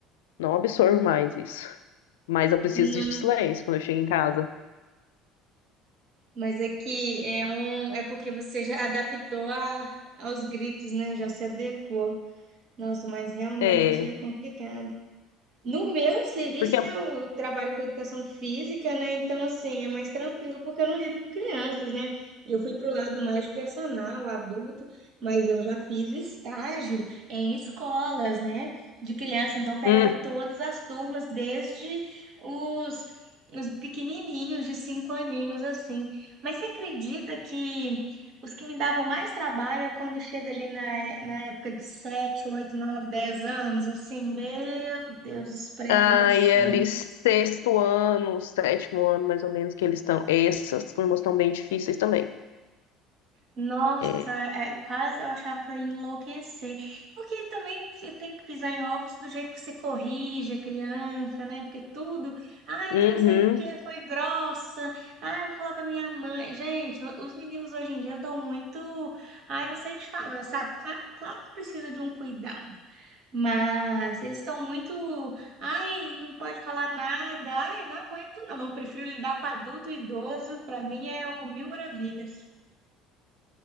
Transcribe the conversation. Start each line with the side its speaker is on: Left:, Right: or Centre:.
Left: não absorvo mais isso. Mas eu preciso
Right: Não,
Left: de silêncio quando eu chego em casa.
Right: mas é que é um, é porque você já adaptou a, aos gritos, né? Já se adequou. Nossa, mas realmente
Left: É,
Right: é complicado. No meu serviço,
Left: porque
Right: né, eu trabalho com educação física, né? Então, assim, é mais tranquilo porque eu não lido com crianças, né? Eu fui pro lado mais personal, adulto, mas eu já fiz estágio em escolas, né, de criança. Então, eu pegava
Left: hum,
Right: todas as turmas, desde os, os pequenininhos, de cinco aninhos, assim. Mas você acredita que os que me davam mais trabalho é quando chega ali na, é- na época de 7 8 9 10 anos, assim, meu Deus, os pré-adolescentes.
Left: aí é ali sexto ano, sétimo ano, mais ou menos, que eles estão. Essas turmas estão bem difíceis também.
Right: Nossa,
Left: É.
Right: é, quase eu achava que eu ia enlouquecer. Porque também você tem que pisar em ovos do jeito que você corrige a criança, né? Porque tudo, ai,
Left: Uhum.
Right: que não sei o que, foi grossa, ai, eu vou falar pra minha mãe. Gente, o- os meninos hoje em dia dão muito, ai, não sei te falar, sabe? Cla- Claro, que precisa de um cuidado. Mas eles estão muito, ai, não pode falar nada, ai, não aguento não, eu prefiro lidar com adulto e idoso, para mim é o mil maravilhas.